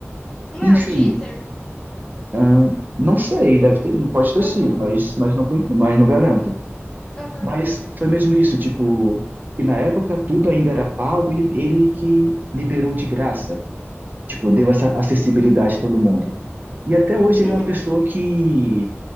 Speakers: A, on the left; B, on the right.
A: Não
B: Enfim,
A: é o Deezer?
B: ahn, não sei, deve ter, não pode ter
A: Aham,
B: sido, mas, mas, não, conhe- mas não garanto.
A: aham,
B: Mas foi mesmo isso, tipo, que na época tudo ainda era pago e ele que liberou de graça, tipo, deu essa acessibilidade a todo mundo. E até hoje ele
A: uhum.
B: é uma pessoa que